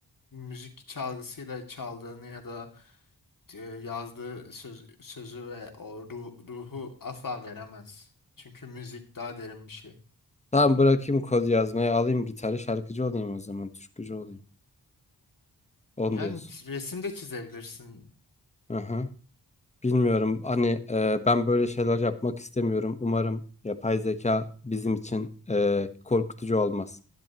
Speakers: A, on the left; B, on the left.
A: müzik çalgısıyla çaldığını ya da e, yazdığı söz, sözü ve o ru- ruhu asla veremez. Çünkü müzik daha derin bir şey.
B: Tamam bırakayım kod yazmayı, alayım gitarı, şarkıcı olayım o zaman, türkücü olayım. Onu
A: Yani
B: diyorsun.
A: resim de çizebilirsin.
B: Hı hı. Bilmiyorum. Hani e, ben böyle şeyler yapmak istemiyorum. Umarım yapay zeka bizim için e, korkutucu olmaz.